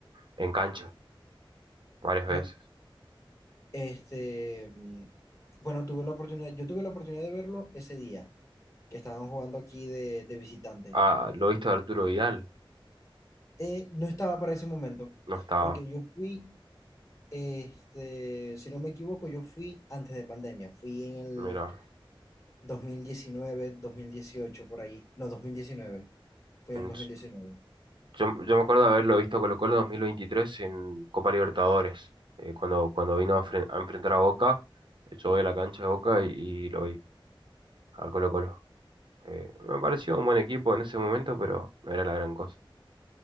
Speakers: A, on the right (about 60°); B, on the left (about 35°).
A: En cancha, varias veces.
B: No, este... mm, Bueno, tuve la oportunidad, yo tuve la oportunidad de verlo ese día que estaban jugando aquí de, de visitante.
A: Ah, lo he visto a Arturo Vidal.
B: Eh, no estaba para ese momento,
A: No estaba.
B: porque yo fui, este, si no me equivoco, yo fui antes de pandemia, fui en el
A: mira
B: dos dos mil diecinueve dos mil dieciocho por ahí, no, dos mil diecinueve fui en
A: En
B: el 2019.
A: s- yo, yo me acuerdo de haberlo visto a Colo-Colo 2023 en Copa Libertadores. eh, cuando, cuando vino a, fren- a enfrentar a Boca, eh, yo voy a la cancha de Boca y, y lo vi a Colo-Colo. Eh, me pareció un buen equipo en ese momento, pero no era la gran cosa.